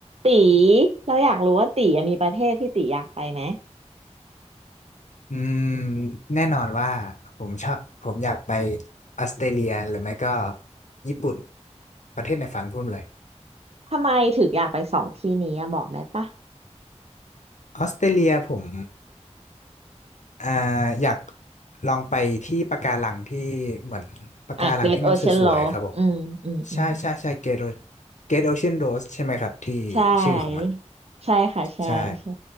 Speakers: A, on the right (about 60°); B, on the left (about 85°).
A: ตีเราอยากรู้ว่าตีอะมีประเทศที่ตีอยากไปไหม
B: อืมแน่นอนว่าผมชอบผมอยากไปออสเตรเลียหรือไม่ก็ญี่ปุ่นประเทศในฝันผมเลย
A: ทำไมถึงอยากไปสองที่นี้อะบอกได้ปะ
B: ออสเตรเลียผมอ่าอยากลองไปที่ปะการังที่เหมือนปะการังที่มันสวยๆครับผม
A: อ่ะ Great Ocean Road อืม อืม อืม
B: ใช่ใช่ใช่เกตเกตโอเชียนโรสใช่ไหมครับที่
A: ใช่
B: ชื่อของมัน
A: ใช่ค่ะใช่ใช่
B: ใช่